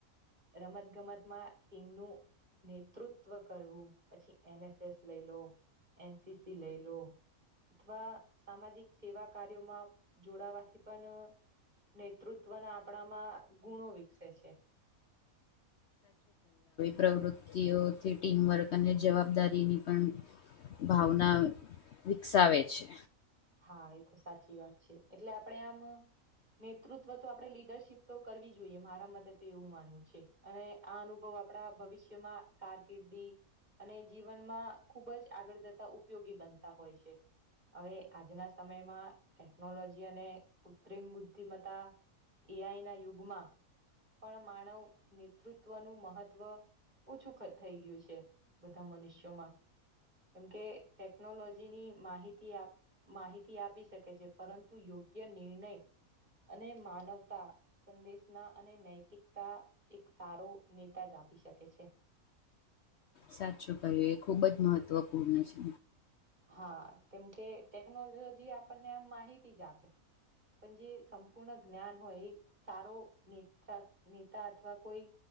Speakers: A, on the right; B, on the left.
A: રમત ગમતમાં ટીમનું નેતૃત્વ કરવું પછી એન એસ એસ લઈ લો એન સી સી લઈ લો અથવા સામાજિક સેવા કાર્યોમાં જોડાવાથી પણ નેતૃત્વના આપણામાં ગુણો વિકસે છે.
B: પ્રવૃતિઓથી ટીમવર્ક અને જવાબદારીની પણ ભાવના વિકસાવે છે.
A: હા એ તો સાચી વાત છે એટલે આપડે આમ નેતૃત્વ તો આપણે લીડરશીપ તો કરવી જોઈએ મારા મતે તો એવું માનવું છે અને આ અનુભવ આપપડા ભવિષ્યમાં કારકિર્દી અને જીવનમાં ખૂબ જ આગળ જતા ઉપયોગી બનતા હોય છે હવે આજના સમયમાં ટેકનોલોજી અને કૃત્રિમ બુદ્ધિમતા એ આઈ ના યુગમાં પણ માનવ નેતૃત્વનું મહત્વ ઓછું થઈ ગયું છે બધા મનુષ્યોમાં કેમ કે ટેકનોલોજીની માહિતી આપ માહિતી આપી શકે છે પરંતુ યોગ્ય નિર્ણય અને માનવતા સંદેશના અને નૈતિકતા એક સારો નેતા જા આપી શકે છે.
B: સાચું ભાઈ એ ખુબ જ મહત્વપૂર્ણ છે.
A: હા કેમકે ટેકનોલોજી આપણને આમ માહિતી જ આપે પણ જે સંપૂર્ણ જ્ઞાન હોય એ સારો નેતા નેતા અથવા કોઈ